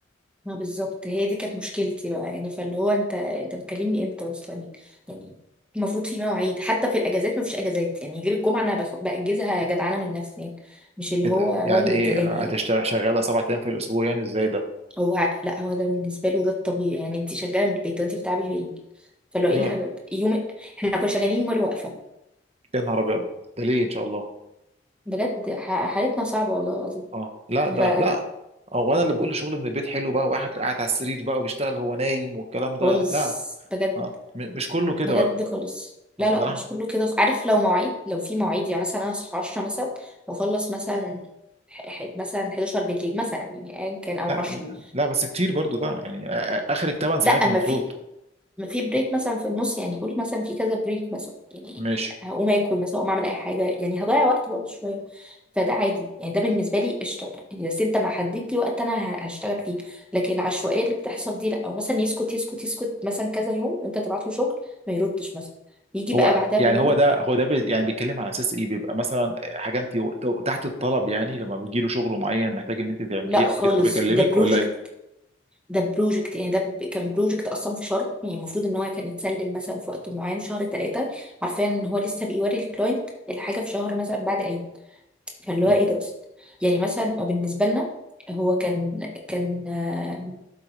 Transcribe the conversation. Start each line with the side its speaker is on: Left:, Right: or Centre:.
Centre: ما بالظبط هي دي كانت مشكلتي بقى يعني فاللي هو انت انت بتكلمني امتى اصلا يعني المفروض في مواعيد حتى في الاجازات ما فيش اجازات يعني غير الجمعه انا بخ- باجزها جدعانه من نفسي يعني مش اللي
Right: ايه
Centre: هو
Right: ده
Centre: هو
Right: يعني
Centre: اللي بيديهاني
Right: ايه هتشتغل
Centre: يعني
Right: شغاله سبع ايام في الاسبوع يعني ازاي ده
Centre: هو لا هو ده بالنسبه له ده الطبيعي يعني انت شغاله من البيت وانت بتعبي فين فاللي هو ايه
Right: هي
Centre: الهبل يوم احنا كنا شغالين يوم الوقفه
Right: يا نهار ابيض ده ليه ان شاء الله
Centre: بجد ح- حالتنا صعبه والله العظيم
Right: اه لا ده
Centre: ف
Right: لا هو انا اللي بقول شغل من البيت حلو بقى واحد قاعد على السرير بقى وبيشتغل هو نايم والكلام ده
Centre: خالص
Right: لا
Centre: بجد
Right: آه. م- مش كله كده
Centre: بجد
Right: بقى
Centre: خالص لا
Right: آه،
Centre: لا
Right: ده
Centre: مش كله كده عارف لو مواعيد لو في مواعيد يعني مثلا انا اصحى 10 مثلا واخلص مثلا ح- ح- مثلا 11 بالليل مثلا يعني ايا كان او
Right: لا
Centre: 10
Right: لا بس كتير برضو ده يعني آ- آ- اخرك 8 ساعات
Centre: لا
Right: المفروض
Centre: ما في ما في بريك مثلا في النص يعني قول مثلا في كذا بريك مثلا يعني
Right: ماشي
Centre: هقوم اكل مثلا هقوم اعمل اي حاجه يعني هضيع وقت برضه شويه فده عادي يعني ده بالنسبه لي قشطه يعني بس انت ما حددت لي وقت انا ه- هشتغل فيه لكن العشوائيه اللي بتحصل دي لا او مثلا يسكت يسكت يسكت مثلا كذا يوم انت تبعت له شغل ما يردش مثلا يجي بقى
Right: هو
Centre: بعدها
Right: يعني
Centre: بيومين
Right: هو ده هو ده بي يعني بيتكلم على اساس ايه بيبقى مثلا حاجه انت و- تحت الطلب يعني لما بيجي له شغل معين محتاج ان انت تعمليه
Centre: لا خالص
Right: او كده فبيكلمك
Centre: ده بروجكت
Right: ولا ايه؟
Centre: ده بروجكت يعني ده ب- كان بروجكت اصلا في شهر يعني المفروض ان هو كان يتسلم مثلا في وقت معين شهر ثلاثه عارفين ان هو لسه بيوري الكلاينت الحاجه في شهر مثلا بعد العيد فاللي
Right: مم.
Centre: هو ايه ده اصلا يعني مثلا هو بالنسبه لنا هو كان كان آه،